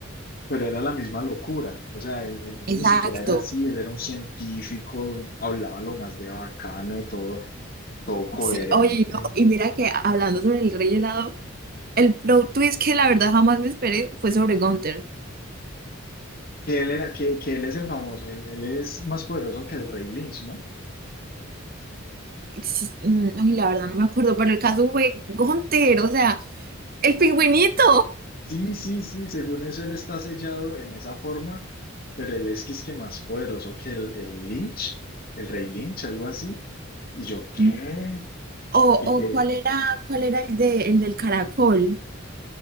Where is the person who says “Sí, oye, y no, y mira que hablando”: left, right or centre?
Right